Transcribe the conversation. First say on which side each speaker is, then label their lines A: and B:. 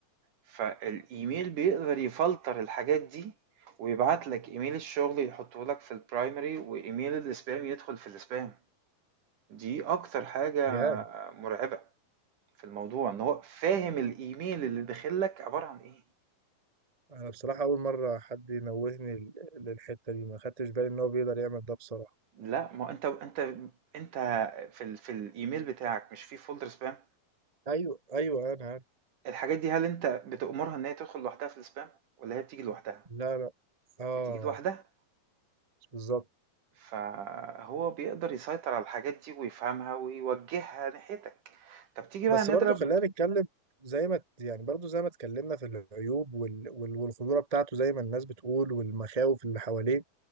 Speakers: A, on the right; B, on the right.
A: فالايميل بيقدر يفلتر الحاجات دي ويبعت لك ايميل الشغل يحطه لك في البرايمري وايميل الاسبام يدخل في الاسبام دي اكتر حاجة
B: يا
A: مرعبة في الموضوع ان هو فاهم الايميل اللي داخل لك عبارة عن ايه
B: انا بصراحة اول مرة حد ينوهني لل- للحتة دي ما خدتش بالي ان هو بيقدر يعمل ده بصراحة
A: لا ما انت انت انت في ال... في الايميل بتاعك مش في فولدر سبام
B: ايوه ايوه انا عارف
A: الحاجات دي هل انت بتأمرها ان هي تدخل لوحدها في السبام ولا هي بتيجي لوحدها
B: لا لا اه
A: بتيجي لوحدها
B: بالظبط
A: فهو بيقدر يسيطر على الحاجات دي ويفهمها ويوجهها ناحيتك طب تيجي
B: بس
A: بقى نضرب
B: برضو خلينا نتكلم زي ما يعني برضو زي ما اتكلمنا في العيوب وال... وال... والخطورة بتاعته زي ما الناس بتقول والمخاوف اللي حواليه